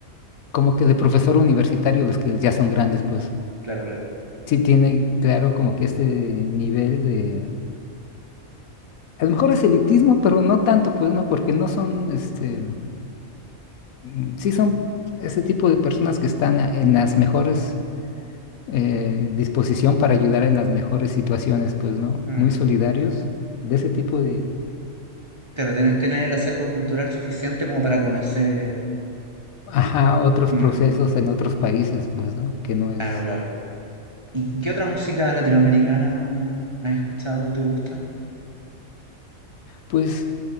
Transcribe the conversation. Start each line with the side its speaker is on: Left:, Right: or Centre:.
Left: como que de profesor universitario, los que ya son grandes, pues,
Right: claro, claro.
Left: sí tiene claro como que este nivel de, a lo mejor es elitismo, pero no tanto, pues, ¿no? Porque no son, este, mm, sí son ese tipo de personas que están a- en las mejores eh, disposición para ayudar en las mejores situaciones, pues, ¿no?
Right: Mm,
Left: Muy solidarios de ese tipo de,
Right: claro, tiene, tiene el acervo cultural suficiente como para conocer.
Left: ajá, otros
Right: Mm,
Left: procesos en otros países, pues, ¿no? Que no
Right: claro,
Left: es,
Right: claro. ¿Y, y qué otra música latinoamericana has escuchado o te gusta?
Left: pues,